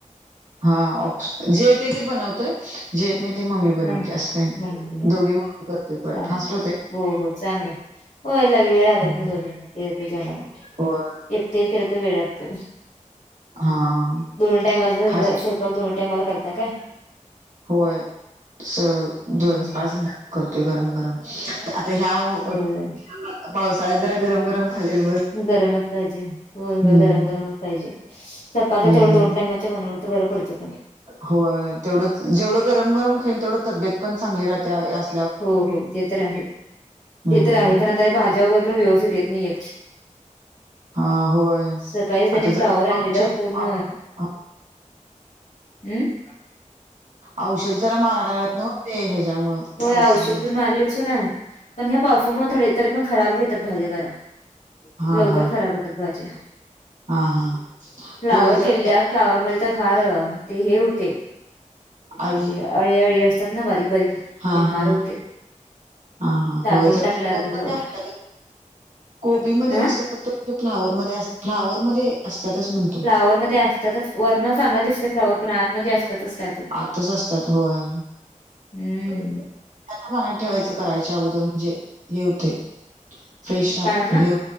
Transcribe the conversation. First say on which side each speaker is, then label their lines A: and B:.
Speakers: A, on the right (about 70°); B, on the left (about 75°).
A: हा ऑप्श जे येते ते बनवतोय. जे येत नाही ते मम्मी बनवत्या.
B: ह
A: असं काय
B: म्हणून
A: दोघी मिळून करतोय परत
B: चांग
A: फास्ट होतय.
B: हो हो चांगलाय होय लगे वेळ लागत
A: हं.
B: नाही दोन मिंट जेवणाला
A: होय
B: एकट्यान केल तर वेळ लागतोय.
A: हां
B: दोन्ही टाईमाच स्वयंपाक
A: फास्ट
B: दोन टाईमाला करता काय?
A: होय स द
B: हम्म
A: सकाळ
B: हम्म.
A: -संध्याकाळ करतोय गरम -गरम आता ह्या उ
B: होय
A: पावसाळ्यात जरा गरम गरम खालेल
B: गरमच पाहिजेल. होय होय
A: हम्म
B: गरम गरमच पाहिजे. चपात्या
A: हम्म.
B: तेवढ्या दोन टाइमा च्या बनवल्या तर बर पडतात आणि.
A: होय तेवढंच जेवढं गरम गरम खईल तेवढं तब्येत पण चांगली राहत्या अस
B: हो हो ते तर आहे
A: हम्म.
B: ते तर आहे पण आता भाज्या वगैर पण व्यवस्थित येत नाही येत.
A: हा होय
B: सकाळीच त्यांनी
A: आता
B: फ्लॉवर
A: जरा
B: आणलेलं
A: औषध
B: पूर्ण
A: औ औ
B: अम्म
A: औषध जरा मारा लागल्यात नव्ह ते ह्याच्यामुळं.
B: होय
A: पावसामुळं.
B: औषध पण मारलेच सोडा पण ह्या पावसामुळ थोड्या तरी पण खराब येतात भाज्या जरा.
A: हा
B: लवकर
A: हा
B: खराब होत्यात भाज्या.
A: हा हा.
B: फ्लावर
A: होय जरा
B: केल्या
A: त्या
B: फ्लावर मध्ये तर फार ते हे होते. म्हणजे
A: आळी.
B: अळी -अळी असतात ना बारीक -बारीक.
A: हा
B: ते फार
A: हा
B: होते
A: हा हा
B: टाकून
A: होय जरा
B: टाकले
A: <unintelligible>
B: अर्ध
A: अणत्यात
B: फ्लॉवर
A: ग. कोबीमध्ये नसतात.
B: अ
A: पर फ्लावर मधे असतात. फ्लावर मध्ये असतातच म्हण..
B: फ्लावर मध्ये असतातच वरण चांगलं दिसतय फ्लावर पण आतमध्ये असतातच काय तर
A: आतच असतात होय.
B: हम्म.
A: त्या त्या <unintelligible> त ठेवायचं करायच्या अगोदर म्हणजे हे होतय. फ्रेश राह
B: काय म्हटला